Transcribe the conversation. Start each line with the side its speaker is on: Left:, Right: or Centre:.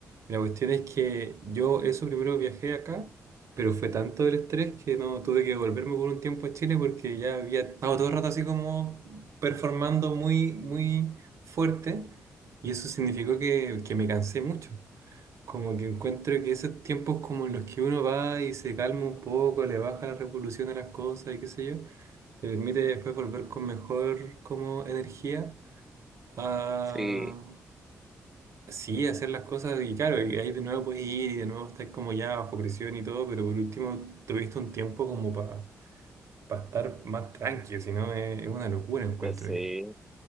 Right: Y la cuestión es que yo eso primero viajé acá, pero fue tanto el estrés que no tuve que volverme por un tiempo a Chile porque ya había estado todo el rato así como performando muy, muy fuerte y eso significó que, que me cansé mucho. Como que encuentro que esos tiempos como en los que uno va y se calma un poco, le baja la revolución a las cosas y qué sé yo, te permite después volver con mejor como energía a
Centre: sí,
Right: sí, hacer las cosas y claro, y ahí de nuevo puedes ir y de nuevo estás como ya bajo presión y todo, pero por último tuviste un tiempo como para estar más tranquilo, si no es, es una locura encuentro
Centre: pues sí.
Right: yo.